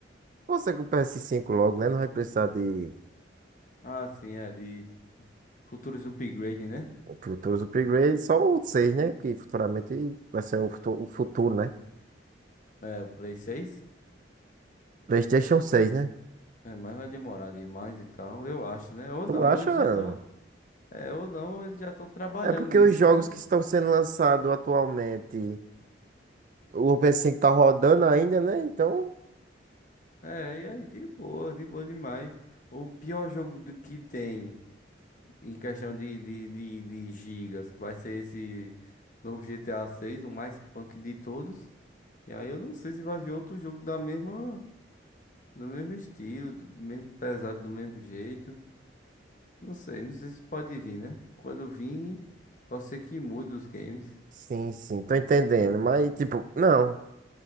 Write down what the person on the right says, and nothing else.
Você com o ps cinco logo, né? Não vai precisar de
futuros upgrades, só o 6, né? Que futuramente vai ser o, futu- o futuro, né?
PlayStation seis né?
Tu
acha?
É porque
os jogos
que estão sendo lançados atualmente, o ps cinco tá rodando ainda, né? Então,
sim, sim, tô entendendo. Mas, tipo, não.